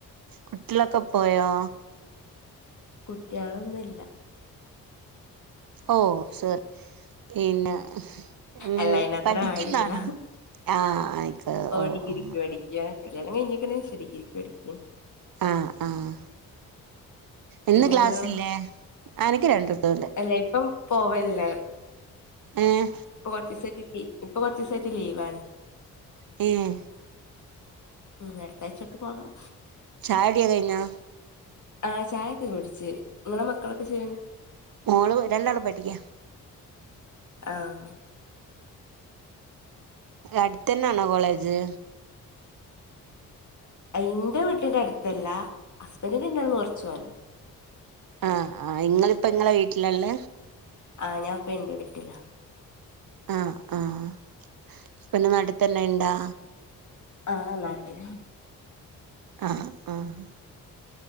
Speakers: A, on the right; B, on the left.
A: കുട്ട്യളൊക്കെ പോയോ.
B: കുട്ട്യേളൊന്നുല്ല.
A: ഓ സോറി പിന്നെ മ്
B: അല്ല അയിനത്ര
A: പഠിക്ണ്ട.
B: ആയില്ല
A: ആഹ ആയിക്ക ഓ
B: ഡിഗ്രിക്ക്
A: ആ.
B: പഠിക്ക കല്യാണം കയിഞ്ക്ക്ണ് പഷേ ഡിഗ്രീക്ക് പഠിക്ക.
A: ആഹ് ആഹ് ഇന്ന്
B: ഇങ്ങൾന്തോ
A: ക്ലാസ്സില്ലേ അനക്ക് രണ്ടൂട്ടണ്ട്
B: അല്ലേ യ് പോം പോവല്ലെ
A: ഏഹ്.
B: ഇപ്പൊ കൊറച്ചുസായിട്ട്ക്കി ഇപ്പൊ കൊറച്ചുസായിട്ട് ലീവാണ്.
A: ലീവോ
B: ഉം അടുത്താഴ്ചൊക്കെ പോണം.
A: ചായുടി കഴിഞ്ഞോ
B: ആ ചായൊക്കെ കുടിച്ച് ഇങ്ങളെ മക്കളൊക്കെ ചെയ്യന
A: മോള് രണ്ടാള് പഠിക്ക.
B: ആഹ്.
A: അടുത്തനാണോ കോളേജ്?
B: ഇന്റെ വീട്ടിന്റെ അടുത്തല്ല ഹസ്ബന്റിന്റാട്ന്ന് കൊറച്ചവാനൊളു.
A: ആഹ് ആഹ് ഇങ്ങളിപ്പ ഇങ്ങളെ വീട്ടിലാള്ള
B: ആഹ ഞാൻപ്പ ഇന്റെ വീട്ടില.
A: ആഹ ആഹ പിന്നെ നാട്ടിത്ത ന്നെയിണ്ടാ.
B: ആഹ് നാട്ടിലാ.
A: ആഹ് ആഹ്.